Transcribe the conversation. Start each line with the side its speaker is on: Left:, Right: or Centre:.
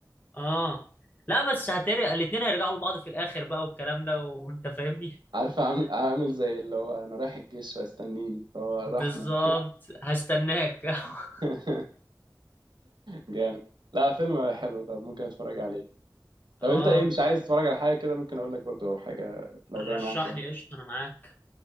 Left: اه لا بس هترق الاتنين هيرجعوا لبعض في الاخر بقى والكلام ده وانت فاهمني
Right: عارفة عامل عامل زي اللي هو انا رايح الجيش وهيستنيني فهو راح
Left: بالظبط
Right: معي.
Left: هستناك <laughs>
Right: <laughs> جامد لا فيلم حلو طب ممكن اتفرج عليه
Left: اه
Right: لو انت ايه مش عايز تتفرج على حاجة كده ممكن اقول لك برضو لو حاجة لو جاية
Left: رشح
Right: معاك يعني
Left: لي قشطه انا معاك